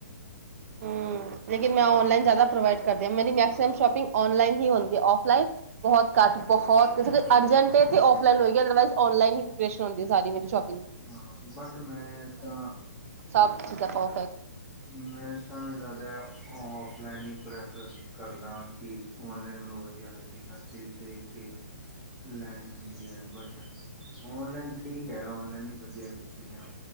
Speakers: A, on the right (about 50°); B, in the centre.
A: ਹਮ ਲੇਿਨ ਮੈਂ
B: ਤਾਂ
A: ਔਨਲਾਈਨ ਜ਼ਿਆਦਾ ਪ੍ਰੋਵਾਈਡ ਕਰਦੀ ਹਾਂ ਮੇਰੀ ਗੈਕ ਐਮ ਸ਼ੋਪਿੰ ਔਨਲਾਈਨ ਨਹੀਂ ਹੁੰਦੀ ਔਫਲਾਈਨ ਬਹੁਤ ਘੱਟ ਬਹੁਤ
B: ਕਰਕੇ
A: ਅਰਜੈਂਟ ਹੈ ਤੇ ਔਫਲਾਈਨ ਹੋਏਗੀ ਅਦਰਵਾਈਜ਼ ਔਨਈਨ ਹੀ ਪ੍ਰਪਰੇਸ਼ਨ ਹੁੰਦੀ ਸ ਮੇਰੀ ਸ਼ੋਪ
B: ਹਾਂ ਬਟ ਮੈਂ ਤਾਂ
A: ਸਭ ਠੀਕ ਐ ਤੋ,
B: ਮੈਂ ਤਾਂ ਜਾ ਦਾ ਔਫਲਾਈਨ ਹੀ ਪ੍ਰੈਫਰ ਕਰਦਾ ਕਿ ਔਨਲਾਈਨ ਮੈਨੂੰ ਵਧੀਆ ਲੱਗਦੀ ਹਰ ਚੀਜ਼ ਦੇਖ ਕੇ ਲੈਣੀ ਹੁੰਦੀ ਹੈ, ਬਟ ਔਨਲਾਈਨ ਠੀਕ ਹੈ, ਔਨਲਾਈਨ ਹੀ ਵਧੀਆ ਕੁਛ ਚੀਜ਼ਾਂ